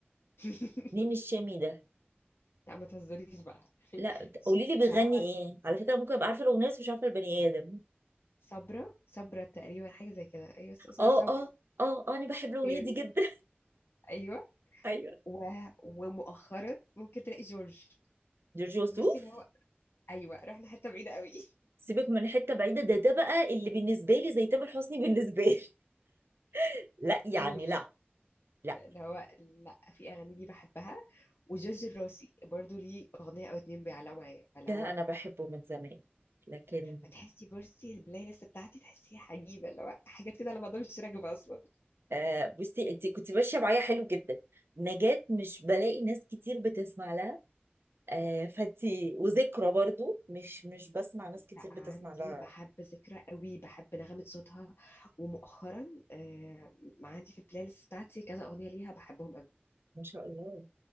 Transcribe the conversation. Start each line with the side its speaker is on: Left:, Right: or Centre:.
Left: <laughs>
Right: مين الشامي ده؟
Left: لا ما تهزريش بقى <laughs>
Right: لا
Left: شكلها
Right: قولي لي بيغني ايه؟ على فكرة ممكن ابقى عارفة الأغنية بس مش عارفة البني آدم
Left: صبرا صبرا تقريبا حاجة زي كده أيوة بس اسمها
Right: اه
Left: صبرا
Right: اه اه اه انا بحب الأغنية
Left: جامد
Right: دي جدا
Left: أيوة
Right: <laughs> ايوه
Left: و... ومؤخرا ممكن تلاقي جورج
Right: جورج وسوف
Left: بصي اللي هو أيوة رحنا حتة بعيدة قوي
Right: سيبك من حته بعيده ده ده بقى اللي بالنسبه لي زي تامر حسني بالنسبه لي <laughs>
Left: <laughs>
Right: لا
Left: ما بتطيقوش
Right: يعني لا لا
Left: اللي هو لا في أغاني ليه بحبها وجورج الراسي برضو ليه أغنية أو اتنين بيعلقوا معايا فاللي
Right: ده
Left: هو
Right: انا بحبه من زمان لكن
Left: فتحسي بصي البلاي ليست بتاعتي تحسيها عجيبة اللي هو حاجات كده على بعضها مش راكبة أصلا
Right: آه بصي انت كنت ماشيه معايا حلو جدا نجاة مش بلاقي ناس كتير بتسمع لها آه فانتي وذكرى برضو مش مش بسمع ناس كتير
Left: لا
Right: بتسمع
Left: عندي
Right: لها
Left: بحب ذكرى قوي بحب نغمة صوتها ومؤخرا آه عندي في البلاي ليست بتاعتي كذا أغنية ليها بحبهم قوي
Right: ما شاء الله